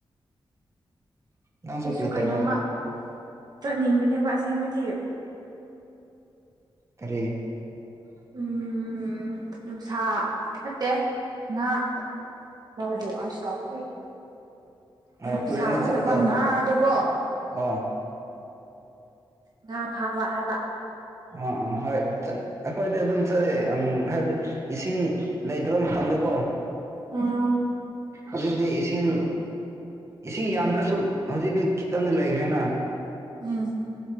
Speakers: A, on the right; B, on the right.
A: ꯅꯪꯁꯨ
B: ꯑꯩꯁꯨ
A: ꯀꯔꯤ ꯇꯧꯕ
B: ꯀꯩꯅꯣꯝꯃ ꯆꯠꯅꯤꯡꯕꯅꯦꯕ ꯑꯁꯦꯡꯕꯗꯤ
A: ꯀ꯭ꯔꯤ
B: ꯎꯝ ꯅꯨꯡꯁꯥ ꯅꯠꯇꯦ ꯉꯥ ꯍ ꯑꯁ <inaudible>
A: ꯑꯣ
B: ꯅꯨꯡꯁꯥ
A: ꯇꯨꯔꯦꯟꯗ
B: ꯅꯠꯇꯕ
A: ꯆꯠꯄꯗꯣ
B: ꯉꯥꯗꫭꯀꯣ
A: ꯑꯣ
B: ꯉꯥ ꯐꯥꯕ ꯍꯥꯏꯕ
A: ꯑꯥ ꯑ ꯍꯣꯏ ꯆꯠ ꯑꯩꯈꯣꯏꯗꯤ ꯑꯗꯨꯝ ꯆꯠꯂꯦ ꯎꯝ ꯍꯥꯏꯕꯗꯤ ꯏꯁꯤꯡ ꯂꯩꯇꯕ ꯃꯇꯝꯇꯗꯀꯣ
B: ꯎꯝ
A: ꯑꯗꯨꯗꯤ ꯏꯁꯤꯡ ꯏꯁꯤꯡ ꯌꯥꯝꯗ꯭ꯔꯁꯨ ꯍꯧꯖꯤꯛꯇꯤ ꯈꯤꯇꯪꯗꯤ ꯂꯩꯈ꯭ꯔꯦꯅ
B: ꯎꯝ